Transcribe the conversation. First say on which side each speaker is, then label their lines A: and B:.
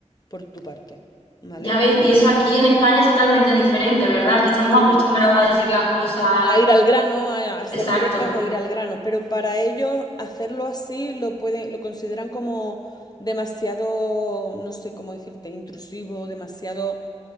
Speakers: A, on the left; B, on the left.
A: por tu parte, ¿vale?
B: Ya ves, y eso aquí en España es totalmente diferente, ¿verdad? Aquí estamos
A: sí
B: acostumbrados a decir las cosas
A: a ir al grano, a a hacer
B: exacto.
A: directos, a ir al grano, pero para ellos hacerlo así lo pueden, lo consideran como demasiado, no sé cómo decirte, intrusivo, demasiado,